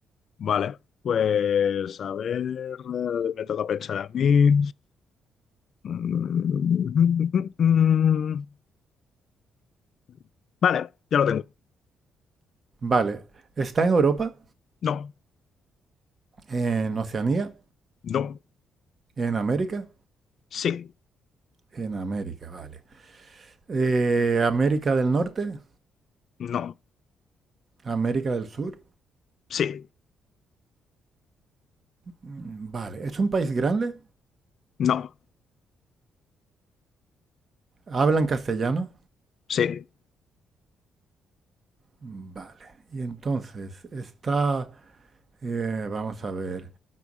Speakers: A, on the left; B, on the right.
A: Vale. Pues a ver, eh, me toca pensar a mí. Mm, <laughs> Vale, ya lo tengo.
B: Vale, está en Europa,
A: No,
B: en Oceanía,
A: no,
B: en América,
A: sí,
B: en América, vale. Eh, América del Norte,
A: no,
B: América del Sur,
A: sí,
B: mm, vale. ¿Es un país grande?
A: no,
B: ¿Hablan castellano?
A: sí,
B: Vale. Y entonces, está, eh, vamos a ver,